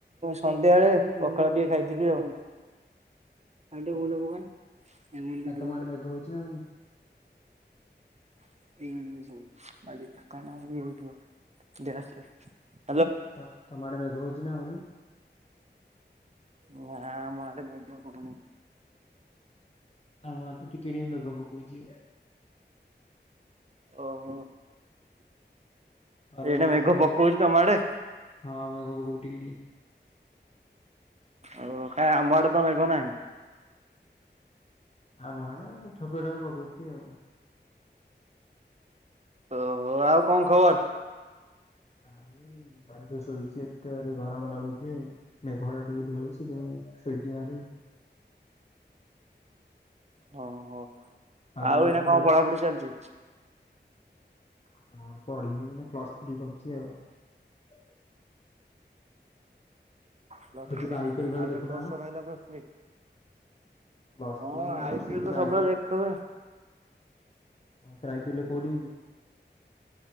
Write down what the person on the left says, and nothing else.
ହ
ଆ
ତମ ଆଡ଼େ ମେଘ ହଉଛି ନା ନାହିଁ
ତ ତମ ଆଡ଼େ ମେଘ ହଉଛି? ଦିନ ବେଳେ।
ଆମ ତ ଟିକେ ଟିକେ ମେଘ ପକଉଛି,
ଖରା
ଦେଇଥିଲା
ଜୋରେ
ହଁ ମେଘ ପକାଉଛି ଟିକେ ଟିକେ।
ଆମ ଆଡେ ଥୋପେ ଥୋପେ ପକଉଛି ଆଉ।
କାଇ ବାର <unintelligible> ଶୋଇଛି ଆଉ ଏତେ ଜୋରେ ଗରମ ଲାଗୁଛି ମେଘ ଟା ଟିକେ ଟିକେ ହଉଚି ତେଣୁ ଶୋଇଛି ହାରି।
ତମ
ଆଡେ
ଖରା
କଣ ପଢିବି, ଏଇନା ପ୍ଲସ ଥ୍ରୀ କରୁଛି, ଆଉ।
ଆଉ ତୁ
ପା ଆଇ ପି ଏଲ ଖେଳ
ଦେଖୁନା
କଣ?
ପ୍ଲସ୍
ଥ୍ରୀ
ମୋର ବର୍ଷେ
ତୁ
ପା
ଆଇ
ଆ ତାତିଲ କୋଡ଼ି <inaudible>